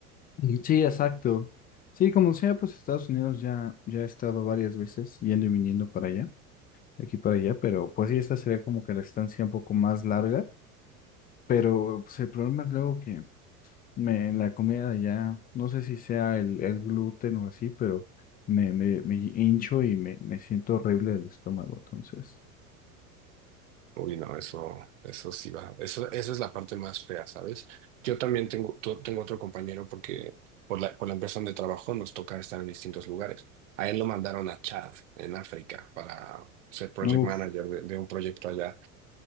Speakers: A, on the left (about 20°); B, on the right (about 55°).
A: Y Sí, exacto. Sí, como sea, pues Estados Unidos ya, ya he estado varias veces yendo y viniendo para allá, de aquí para allá, pero pues sí, esta sería como que la estancia un poco más larga, pero pues el problema es luego que Me, la comida de allá, no sé si sea el, el gluten o así, pero me, me, me hincho y me, me siento horrible del estómago, entonces.
B: Uy, no, eso, eso sí va. Eso, eso es la parte más fea, ¿sabes? Yo también tengo, tu- tengo otro compañero porque por la, por la empresa donde trabajo nos toca estar en distintos lugares. A él lo mandaron a Chad, en África, para ser project
A: Uf,
B: manager de, de un proyecto allá.